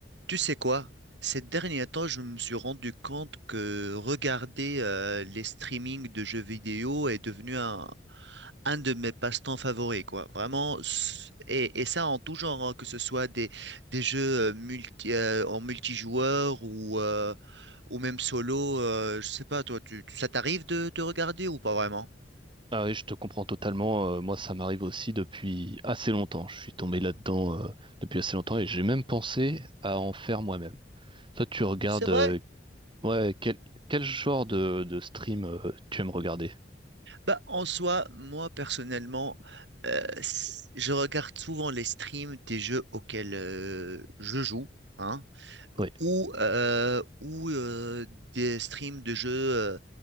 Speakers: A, on the right; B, on the right.
A: Tu sais quoi? Ces derniers temps, je me suis rendu compte que regarder euh, les streamings de jeux vidéo est devenu un, un de mes passe-temps favoris, quoi. Vraiment, s- et, et ça en tout genre, hein, que ce soit des, des jeux euh, multi, euh, en multijoueur ou, euh, ou même solo. euh, je sais pas, toi, tu, tu- ça t'arrive de, de regarder ou pas vraiment?
B: Ah oui, je te comprends totalement. euh, moi, ça m'arrive aussi depuis assez longtemps. Je suis tombé là-dedans euh, depuis assez longtemps et j'ai même pensé à en faire moi-même. Toi, tu regardes
A: C'est vrai,
B: euh, ouais, quel, quel genre de, de stream euh, tu aimes regarder?
A: Bah, en soi, moi personnellement, euh, s- je regarde souvent les streams des jeux auxquels euh, je joue, hein,
B: Oui,
A: ou, euh, ou euh, des streams de jeux euh,